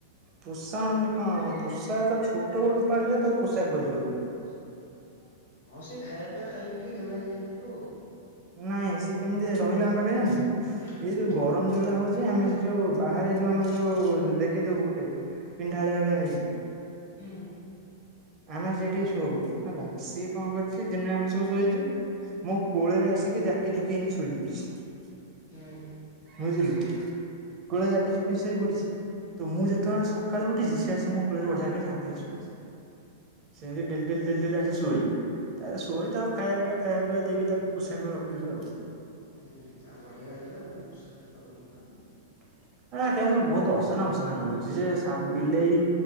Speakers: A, on the right; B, on the left.
A: ପୋଷା ମାନେ କଣ ପୋଷା ତ ଛୋଟବେଳୁ ପାଳିଲେ ତ ପୋଷା କୁଆଯିବ।
B: ଆଚ୍ଛା ହଁ ସେ ଖାୟା ପିଆ ଖାଇକି ଟିକେ ଗେଲ୍ଲା ହେଇ ଯାଇ ଥିବ ଆଉ।
A: ନାଇଁ ସେ କେମିତି ରହିଲା ଆମ ପାଖେ ଜାଣିଚୁ?
B: କେମିତି?
A: ଏଇ ଯୋଉ ଗରମ ଯୋଉ ଭଳିଆ ହଉ ଚି ଆମେ ସେ ଯୋଉ ବାହାରେ ଯୋଉ ଆମ ଯୋଉ ଦେଖିଥିବୁ ଗୋଟେ ପିଣ୍ଢାଳିଆ ଭଳିଆ ହେଇକି
B: ହୁଁ।
A: ଆମେ ସେଇଠି ଶୋଉ ହେଲା ସିଏ କଣ କରିଚି ଦିନେ ଆମେ ସବୁ ଶୋଇଚୁ ମୋ କୋଳରେ ଆସିକି ଜାକିଜୁକି ହେଇକି ଶୋଇପଡିଛି
B: ହୁଁ।
A: ବୁଝିଲୁ କୋଳରେ ଜାକିଜୁକି ହେଇକି ଶୋଇ ପଡିଛି ତ ମୁଁ ଯେତେବେଳେ ସକାଳୁ ଉଠିଛି ସିଏ ଆସି ମୋ କୋଳରେ ବଢିଆ ବାଗେ ଶାନ୍ତିରେ ଶୋଇଛି। ସେମିତି ଡେଲି ଡେଲି ଡେଲି ଡେଲି ଆସି ଶୁଏଇ ତାରେ ଶୁଅଇ ତାକୁ ଖାୟାପିଆ ଖାୟାପିଆ ଦେଇକି ତାକୁ ପୋଷା କରି ରଖିଲୁ ଆଉ।
B: ହୁଁ ଆଉ ବଢିଆ ହେଲା ଗୋଟେ ପୋଷା ହେଲା ଭଲ ନା। ହୁଁ।
A: <unintelligible> ବହୁତ ଅସନା ମସନା କରୁଛି ଯେ ସା ବିଲେଇ